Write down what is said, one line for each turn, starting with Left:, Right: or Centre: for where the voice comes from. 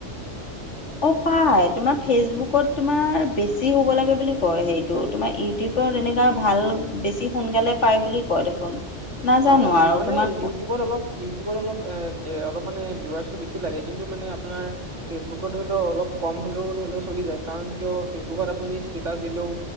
Left: অ পাই তোমাৰ ফেচবুকত তোমাৰ বেছি হ'ব লাগে বুলি কয় সেইটো তোমাৰ ই ইউটিউবত তেনেকুৱা ভাল বেছি সোনকালে পায় বুলি কয় দেখোন নাজানো
Right: অ
Left: আৰু
Right: মানে
Left: তোমাক
Right: ইউটিউবত অলপ ইউটিউবত অলপ এ অলপ মানে ভিউৱাৰ্চটো বেছি লাগে কিন্তু মানে আপোনাৰ ফেচবুকত ধৰি ল অলপ কম হলেও ধৰি ল চলি যায় কাৰণ কিয় ফেচবুকত আপুনি ষ্টেটাচ দিলেও